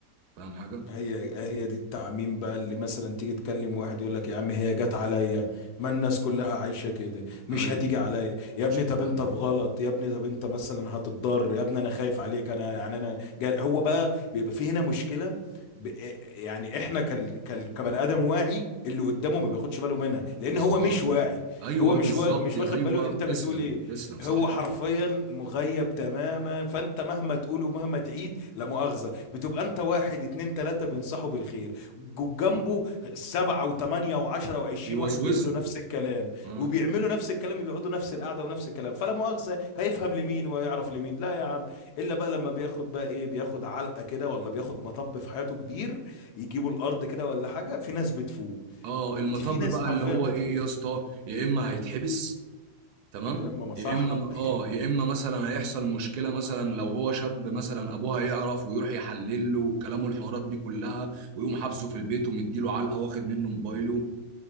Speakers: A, on the right; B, on the left.
A: فاهم حاجه
B: هي هي دي التعميم بقى اللي مثلا تيجي تكلم واحد يقول لك يا عم هي جت عليا ما الناس كلها عايشة كده مش
A: ايوه
B: هتيجي عليا يا
A: مش
B: ابني
A: هتيجي
B: طب انت
A: على
B: في
A: نفسي.
B: غلط يا ابني طب انت مثلا هتتضر يا ابني انا خايف عليك انا يعني انا جا- هو بقى بيبقى في هنا مشكلة ب... آه، يعني احنا كال... كال... كبني ادم واعي اللي قدامه ما بياخدش باله منها لان
A: بالظبط
B: هو مش واعي
A: ايوه
B: هو مش
A: بالظبط
B: وا... مش
A: ايوه
B: واخد باله انت بتقول
A: تسلم
B: ايه
A: تسلم صح
B: هو حرفيا مغيب تماما فانت مهما تقول ومهما تعيد لا مؤاخذة بتبقى انت واحد اتنين تلاتة بينصحوا بالخير جو- جنبه سبعة وتمانية وعشرة وعشرين
A: بيوسوسه
B: واحد بيعملوا نفس الكلام
A: اه
B: وبيعملوا نفس الكلام بيقعدوا نفس القعدة ونفس الكلام فلا مؤاخذة هيفهم لمين ويعرف لمين لا يا عم الا بقى لما بياخد بقى ايه بياخد علقة كده ولا بياخد مطب في حياته كبير يجيبوا الارض كده ولا حاجة في ناس بتفوق
A: اه المطب
B: دي في ناس
A: بقى
B: حرفيا
A: اللي هو
B: بتفوق
A: ايه يا اسطى يا اما هيتحبس تمام
B: يا اما مصحة
A: يا اما اه
B: <laughs> يا
A: يا اما مثلا هيحصل مشكله مثلا لو هو شاب مثلا ابوه هيعرف ويروح يحلل له كلامه الحوارات دي كلها ويقوم حابسه في البيت ومديله علقه واخد منه موبايله